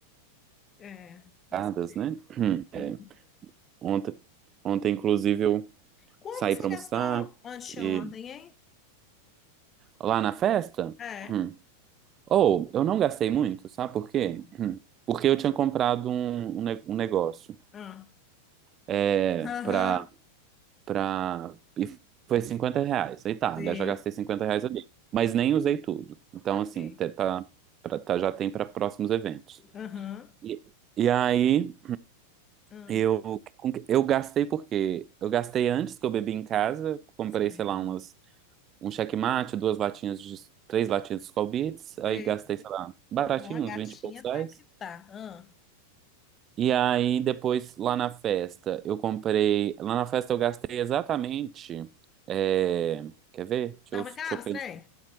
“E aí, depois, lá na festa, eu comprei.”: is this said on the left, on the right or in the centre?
Right